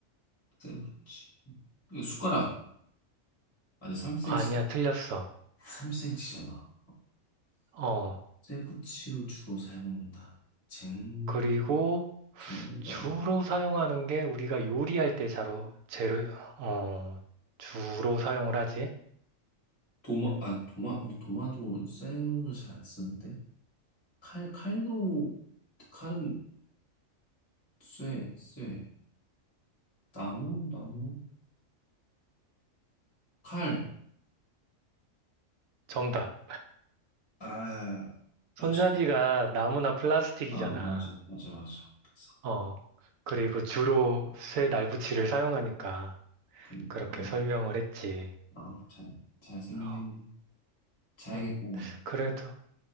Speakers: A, on the left (about 20°); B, on the right (about 80°).
A: 쇠붙이. 이거 숟가락. 아니, 3cm,
B: 아니야, 틀렸어.
A: 3cm잖아.
B: 어,
A: 쇠붙이를 주로 사용한다. 쟁,
B: 그리고
A: 쟁반도
B: 주로
A: 아니야.
B: 사용하는 게 우리가 요리할 때 자로 재료 어, 주로 사용을 하지.
A: 도마, 아, 도마, 도마도 쇠는 잘 안 쓰는데. 칼, 칼도, 칼은 쇠, 쇠. 나무, 나무. 칼.
B: 정답.
A: 아, 맞죠.
B: 손잡이가 나무나 플라스틱이잖아.
A: 아, 맞아, 맞아, 맞아. 그래서,
B: 어, 그리고 주로 쇠 날붙이를 사용하니까
A: 그러니까,
B: 그렇게
A: 맞네.
B: 설명을 했지.
A: 아, 잘, 잘 설명했네.
B: 어,
A: 자야겠다,
B: 음
A: 나.
B: 그래도